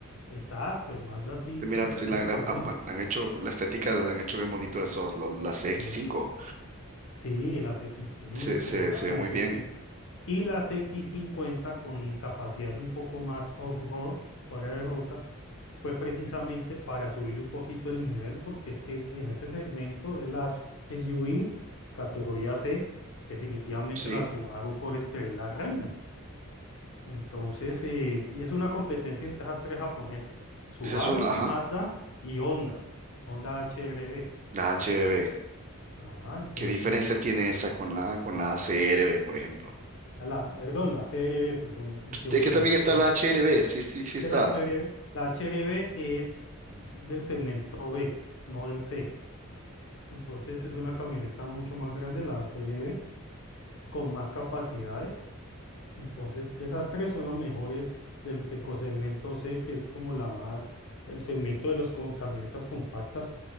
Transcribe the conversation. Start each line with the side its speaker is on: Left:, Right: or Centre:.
Left: exacto, el Mazda sí
Right: Mira,
Left: sufre
Right: sí, la-
Left: ese problema.
Right: la- han, han- han hecho la estética, la han hecho bien bonito esos, lo- las X5.
Left: Pero, sí, las x cinco
Right: Se, se,
Left: ahora
Right: se
Left: las
Right: ve muy bien.
Left: X y las x cincuenta con capacidades un poco más off-road, fuera de ruta, fue precisamente para subirle un poquito el nivel, porque es que en ese segmento de las SUV, categoría C, definitivamente
Right: Sí,
Left: la Subaru Forester es la reina. Entonces, eh, y es una competencia entre esas tres japonesas, Subaru,
Right: esas son, ajá,
Left: Mazda y Honda, Honda HRB.
Right: la HRB.
Left: Ajá, entonces
Right: ¿Qué diferencia tiene esa con la, con la CRB, por ejemplo?
Left: la, perdón, la CRB, perdón, me, me equivoqué,
Right: Es que también
Left: la CRB.
Right: está la HRB, sí, sí, sí está.
Left: Que La CRB, la CRB es del segmento B, no del C. Entonces es una camioneta mucho más grande, la CRB, con más capacidades. Entonces esas tres son las mejores del seco segmento C, que es como la más, el segmento de las co- camionetas compactas,